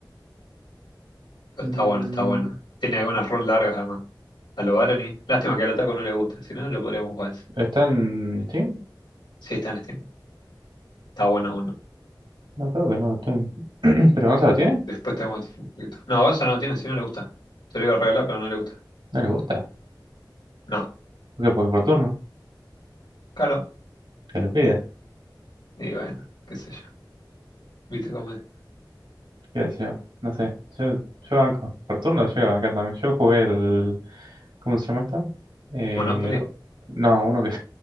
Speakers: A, on the left (about 80°); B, on the right (about 85°).
A: Pero
B: Mm,
A: está bueno, está bueno. Tiene algunas runs largas además. A lo Baroni. Lástima que al Otaco no le gusta, si no, lo podríamos jugar ese.
B: ¿está en Steam?
A: Sí, está en Steam. Está bueno uno.
B: No creo que no lo tengo. <clears throat> ¿Pero Gonza lo tiene?
A: Después te muestro un poquito. No, Gonza no tiene, si no le gusta. Te lo iba a regalar, pero no le gusta.
B: No le gusta.
A: No,
B: ¿Por qué? Porque por turno.
A: caro.
B: Que lo pida.
A: Y bueno, qué sé yo. ¿Viste cómo es?
B: ¿Qué sé yo? No sé. Yo, yo banco. Por turno llego a bancar también. Yo jugué el. ¿Cómo se llama esto? Eh,
A: Monopoly.
B: no, uno que.